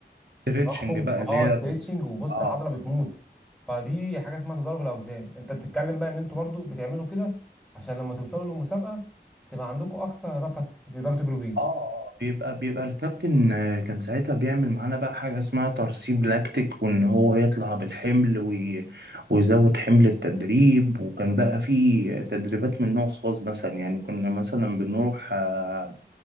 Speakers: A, on the right; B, in the centre.
A: ستريتشنج
B: تضخم
A: بقى
B: اه
A: اللي هي
B: ستريتشنج وبص
A: اه
B: العضله بتموت فدي حاجه اسمها تدرج الاوزان انت بتتكلم بقى ان انتوا برضو بتعملوا كده عشان لما توصلوا للمسابقه تبقى عندكم اقصى نفس تقدروا تجروا بيه
A: اه اه بيبقى بيبقى الكابتن آه، كان ساعتها بيعمل معانا بقى حاجة اسمها ترسيب لاكتيك وان هو يطلع بالحمل وي... ويزود حمل التدريب وكان بقى في تدريبات من نوع خاص مثلا يعني كنا مثلا بنروح آه،